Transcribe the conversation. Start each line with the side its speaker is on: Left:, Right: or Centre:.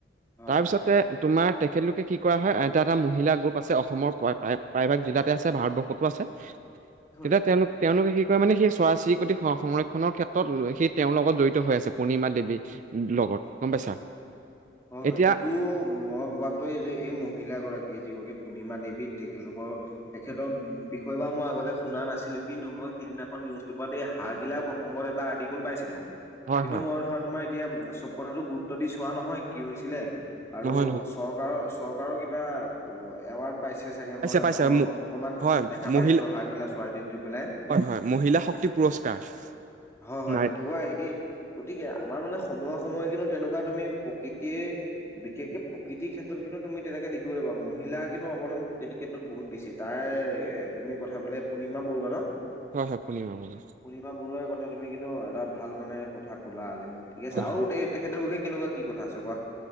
Left: হয়। হয়।
Right: তাৰপিছতে তোমাৰ তেখেতলোকে কি কৰা হয় এটা - এটা মহিলা গ্ৰুপ আছে অসমৰ প্ৰায়ভাগ জিলাত। আছে ভাৰতবৰ্ষতো আছে
Left: হয়
Right: তেতিয়া তেওঁলোক তেওঁলোকে শ মানে সেই চৰাই চিৰিকতি সংৰক্ষনৰ ক্ষেত্ৰত সেই তেওঁৰ লগত জড়িত হৈ আছে পূৰ্ণিমা দেৱীৰ লগত। <unintelligible> গম পাইছা।
Left: হয়
Right: এতিয়া
Left: এইটো মই ভবাতো এই যে এই মহিলাাগৰাকীয়ে যিগৰাকী পূৰ্ণিমা দেৱী তেখেতলোকৰ তেখেতৰ বিষয়ে বা মই আগতে শুনা নাছিলো কিন্তু মই সিদিনাখন নিউজ পেপাৰত এই হাৰ গিলা প্ৰসংগত এটা আৰ্টিকল পাইছিলো। কিন্তু
Right: হয় হয়
Left: মই ধৰা তোমাৰ এতিয়া চব কথাাতটো গুৰুত্ব দি চোৱা নহয় কি হৈছিলে আৰু
Right: নহয় নহয়
Left: চৰকাৰৰ-চৰকাৰৰ কিবা এৱাৰ্ড পাইছে চাগে মই তাতে
Right: পাইছে
Left: মই
Right: মোক
Left: অকমান
Right: হয়
Left: দেখা
Right: মহিলা
Left: পাইছিলো হাঁহ গিলা চৰাই দি- দি পেলাই।
Right: হয়- হয় মহিলা শক্তি পুৰস্কাৰ।
Left: হয়- হয়
Right: নাই
Left: তেনেকুৱা এই গতিকে আমাৰ মানে সময়ে-সময়ে কিন্তু তেনেকুৱা তুমি প্ৰকৃতিৰ বিশেষকে প্ৰকৃতিৰ ক্ষেত্ৰত কিন্তু তুমি তেনেকে দেখিবলৈ পা মহিলা কিন্তু অৱদান প্ৰকৃতিৰ ক্ষেত্ৰত বহুত বেছি তাৰ তুমি কথা ক'লে পূৰ্ণিমা বৰুৱা ন।
Right: হয় হয় পূৰ্ণিমা বৰুৱা
Left: পূৰ্ণিমা বৰুৱাৰ কথা তুমি কিন্তু এটা ভাল মানে কথা ক'লা আজি মোক ঠিক আছে
Right: হয়
Left: আৰু
Right: হয়
Left: তে তেখেতৰ বিষয়ে কেনেকুৱা কি কথা আছে কোৱাচোন।